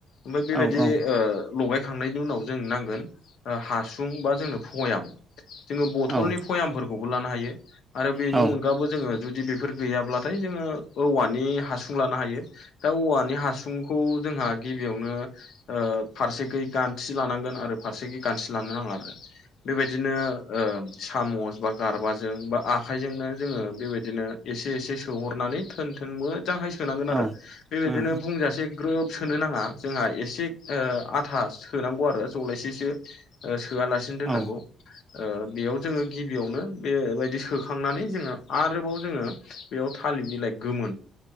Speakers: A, on the left; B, on the right.
A: ओमफ्राय बेबायदि
B: औ औ
A: ओ लगाय खांनायनि उनाव जों नांगोन ओ हासुं बा जोंनो फयाम जोङो बथलनि
B: औ
A: फयामफोरखौबो लानो हायो आरो बेनि
B: औ
A: अनगाबो जोङो जु दि बेफोर गैयाब्लाथाय जोङो औवानि हासुं लानो हायो दा औवानि हासुंखौ जोंहा गिबियावनो ओ फारसेखो गानथि लानांगोन आरो फारसेखै गानथि लानो नाङा आरो बेबायदिनो ओ सामस बा गारबाजों बा आखायजोंनो जोङो बेबायदि दिनो एसे एसे सोहरनानै थोन थोन मो जांहाय सोनांगोन
B: औ
A: आरो बेबायदिनो
B: उम
A: बुंजासे ग्रोब सोनो नाङा जोंहा एसे ओ आथा सोनांगौ आरो जलायसे से ओ सोआलासिनो दोननांगौ
B: औ
A: ओ बेयाव जोङो गिबियावनो बेबायदि सोखांनानै जोङो आरोबाव जोङो बेयाव थालिर बिलाय गोमोन